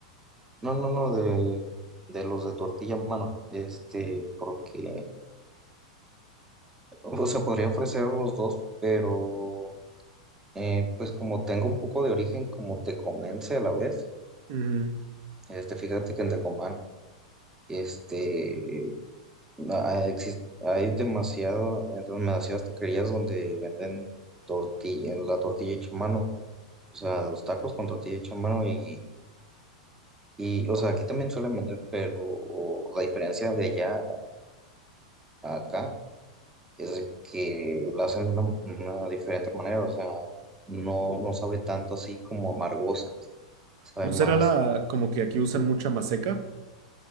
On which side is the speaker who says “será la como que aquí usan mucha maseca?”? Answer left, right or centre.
Right